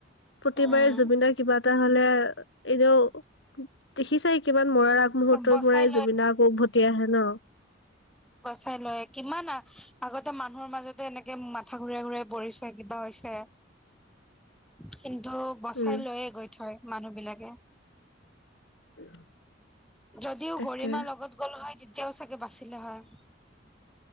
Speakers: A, on the left; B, in the centre.
A: প্ৰতিবাৰে
B: উম
A: জুবিন দাৰ কিবা এটা হলে এনেও দেখিছাই কিমান মৰাৰ আগমুহূৰ্তৰ
B: বচাই
A: পৰাই জুবিন দা আকৌ উভতি আহে নহ।
B: গচাই লয় কিমান আ আগতে। এয়া মানুহৰ মাজতে এনেকে মাথা ঘূৰাই ঘূৰাই পৰিছে কিবা হৈছে। কিন্তু বচাই
A: উম।
B: লৈয়ে গৈ থয় মানুহবিলাকে।
A: <unintelligible>
B: যদিও
A: তাকে,
B: গৰিমা লগত গ'ল হয় তেতিয়াও চাগে বাচিলে হয়।